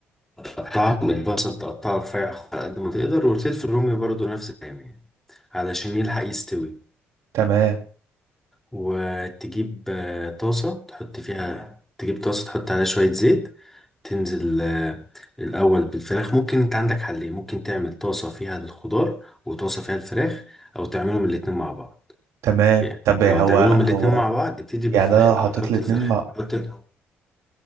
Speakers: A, in the centre; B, on the right (about 75°).
A: تقطعهم البصل تقطعه رفيع على قد ما تقدر والفلفل الرومي برضو نفس الكلام يعني علشان يلحق يستوي
B: تمام
A: وتجيب آه، طاسة تحط فيها تجيب طاسة تحط عليها شوية زيت تنزل آه، الأول بالفراخ ممكن أنت عندك حلين ممكن تعمل طاسة فيها الخضار وطاسة فيها الفراخ أو تعملهم الاتنين مع بعض
B: تمام
A: يعني
B: طب هو
A: لو هتعملهم
B: هو
A: الاتنين مع بعض ابتدي بالفراخ
B: يعني انا لو
A: الأول
B: حطيت
A: حط
B: الاتنين
A: الفراخ
B: مع
A: حط ال-